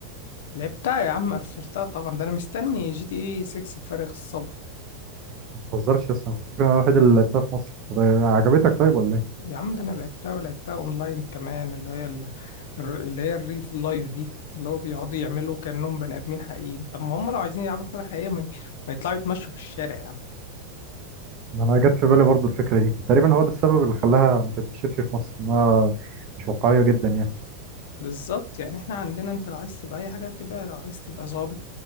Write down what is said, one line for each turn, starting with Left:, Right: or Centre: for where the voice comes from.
Left: لعبتها يا عم قفلتها طبعا ده انا مستني جي تي اي 6 بفارغ الصبر
Right: ما تهزرش يس انا كنت فاكر إن انا الوحيد اللي لعبتها في مصر طب آه، عجبتك طيب ولا ايه؟
Left: يا عم ده انا لعبتها ولعبتها اونلاين كمان اللي هي ال- الر- اللي هي الريل في اللايف دي اللي هو بيقعدوا يعملوا كأنهم بني ادمين حقيقيين طب ما هم لو عايزين يلعبوا حاجة حقيقية ما, ي- ما يطلعوا يتمشوا في الشارع يا عم
Right: ما انا جت في بالي برضو الفكرة دي تقريبا هو ده السبب اللي خلاها ما تنتشرش في مصر انها مش واقعية جدا يعني
Left: بالظبط يعني احنا عندنا انت لو عايز تبقى اي حاجة تبقى لو عايز تبقى ظابط